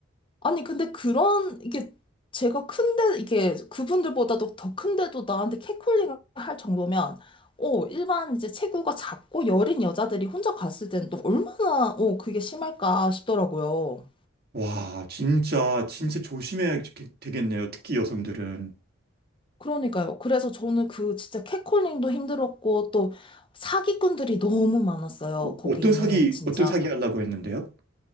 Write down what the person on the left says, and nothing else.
아니, 근데 그런, 이게, 제가 큰데, 이게, 그분들보다도 더 큰데도 나한테 캣콜링을 할 정도면, 어, 일반 이제 체구가 작고 여린 여자들이 혼자 갔을 때는 또 얼마나, 어, 그게 심할까 싶더라고요.
그러니까요. 그래서 저는 그 진짜 캣콜링도 힘들었고, 또 사기꾼들이 너무 많았어요.
거기는
진짜.